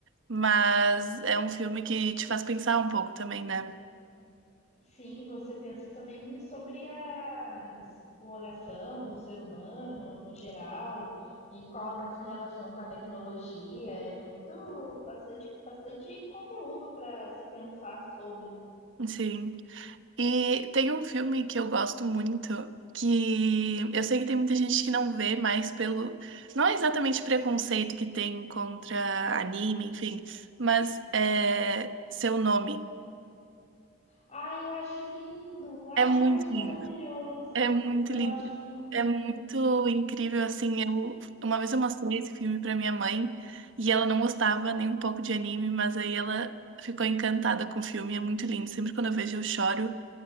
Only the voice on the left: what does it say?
Sim, você pensa também sobre a exploração do ser humano no geral e qual a nossa relação com a tecnologia. É muito, bastante, bastante conteúdo para se pensar sobre.
Ai, eu acho lindo! Ai,
eu acho
maravilhoso!
Eu
acho muito
lindo.